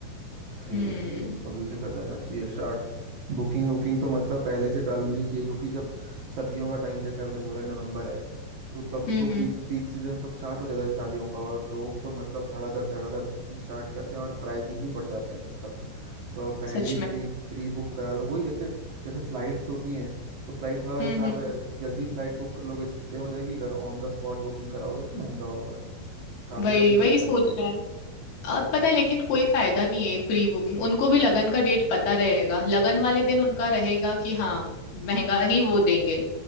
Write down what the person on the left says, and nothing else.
हम्म
हम्म
हम्म,
सच
में
हम्म हम्म
वही
वही सोच
रहे हैं अब पता है लेकिन कोई फायदा नहीं है प्री बुकिंग उनको भी लगन का डेट पता रहेगा लगन वाले दिन उनका रहेगा कि हाँ महंगा ही वो देंगे